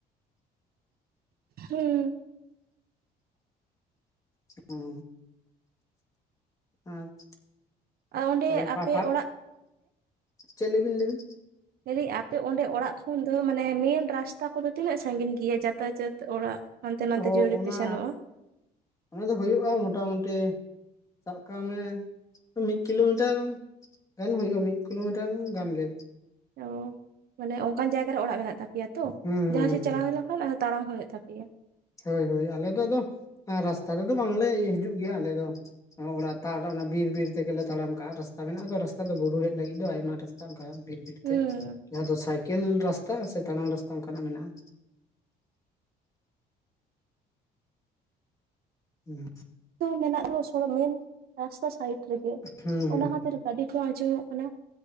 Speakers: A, on the right; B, on the left.
A: ᱦᱩᱸ
B: ᱦᱮᱸ ᱟᱪ
A: ᱟᱨ ᱚᱸᱰᱮ
B: ᱛᱟᱦᱚᱞᱮ
A: ᱟᱯᱮ
B: ᱯᱟᱴᱟᱴ
A: ᱚᱲᱟᱜ
B: ᱪᱮᱫ ᱞᱟᱹᱭᱵᱤᱱ ᱞᱟᱹᱭ ᱵᱤᱱ?
A: ᱢᱮᱱᱫᱟᱹᱧ ᱟᱯᱮ ᱚᱸᱰᱮ ᱚᱲᱟᱜ ᱠᱷᱚᱱ ᱫᱚ ᱢᱟᱱᱮ ᱢᱮᱱ ᱨᱟᱥᱛᱟ ᱠᱚᱫᱚ ᱛᱤᱱᱟᱹᱜ ᱥᱟᱺᱜᱤᱧ ᱜᱮᱭᱟ ᱡᱟᱛᱟᱭᱟᱛ ᱚᱲᱟᱜ ᱦᱟᱱᱛᱮ ᱱᱟᱛᱮ
B: ᱚ
A: ᱡᱟᱹᱨᱣᱲᱤ
B: ᱚᱱᱟ
A: ᱯᱮ ᱥᱮᱱᱚᱜᱼᱟ᱾
B: ᱚᱱᱟ ᱫᱚ ᱦᱩᱭᱩᱜᱼᱟ ᱢᱚᱴᱟᱢᱩᱴᱤ ᱥᱟᱵ ᱠᱟᱜ ᱢᱮ ᱢᱤᱫ ᱠᱤᱞᱳᱢᱤᱴᱟᱨ᱾ ᱜᱟᱱ ᱦᱩᱭᱩᱜᱼᱟ ᱢᱤᱫ ᱠᱤᱞᱳᱢᱤᱴᱟᱨ ᱜᱟᱱ ᱜᱮ᱾
A: ᱚ ᱢᱟᱱᱮ ᱚᱱᱠᱟᱱ ᱡᱟᱭᱜᱟ ᱨᱮ ᱚᱲᱟᱜ ᱢᱮᱱᱟᱜ ᱛᱟᱯᱮᱭᱟ ᱛᱚ
B: ᱦᱩᱸ ᱦᱩᱸ
A: ᱡᱟᱦᱟᱸ ᱥᱮᱫ ᱪᱟᱞᱟᱣ ᱦᱩᱭᱱᱟ ᱛᱟᱲᱟᱢ ᱦᱩᱭᱩᱜ ᱛᱟᱯᱮᱭᱟ᱾
B: ᱦᱳᱭ ᱦᱳᱭ ᱟᱞᱮ ᱫᱚ ᱟᱫᱚ ᱨᱟᱥᱛᱟ ᱛᱮᱫᱚ ᱵᱟᱝᱞᱮ ᱦᱤᱡᱩᱜ ᱜᱮᱭᱟ ᱟᱞᱮ ᱫᱚ᱾ ᱚᱲᱟᱜ ᱛᱟᱲ ᱚᱱᱟ ᱵᱤᱨ ᱵᱤᱨ ᱛᱮᱜᱮᱞᱮ ᱛᱟᱲᱟᱢ ᱠᱟᱜᱼᱟ ᱨᱟᱥᱛᱟ ᱢᱮᱱᱟᱜᱼᱟ ᱟ ᱨᱟᱥᱛᱟ ᱫᱚ ᱵᱩᱨᱩ ᱦᱮᱡ ᱞᱟᱹᱜᱤᱫ ᱫᱚ ᱟᱭᱢᱟ ᱨᱟᱥᱛᱟ᱾ ᱚᱱᱠᱟ ᱵᱤᱨ ᱵᱤᱨ
A: ᱦᱩᱸ
B: ᱛᱮ ᱡᱟᱦᱟᱸ ᱫᱚ ᱥᱟᱭᱠᱮᱞ ᱨᱟᱥᱛᱟ ᱥᱮ ᱛᱟᱲᱟᱝ ᱨᱟᱥᱛᱟ ᱚᱱᱠᱟᱱᱟᱜ ᱢᱮᱱᱟᱜᱼᱟ᱾ ᱦᱩᱸ
A: ᱛᱚ ᱢᱮᱱᱟᱜ ᱨᱮᱦ ᱥᱚᱲ ᱢᱮᱱ ᱨᱟᱥᱛᱟ ᱥᱟᱭᱤᱰ ᱨᱮᱜᱮ
B: ᱦᱩᱸ
A: ᱚᱱᱟ ᱠᱷᱟᱹᱛᱤᱨ ᱜᱟᱹᱰᱤ ᱠᱚᱦ ᱟᱸᱡᱚᱢᱚᱜ ᱠᱟᱱᱟ᱾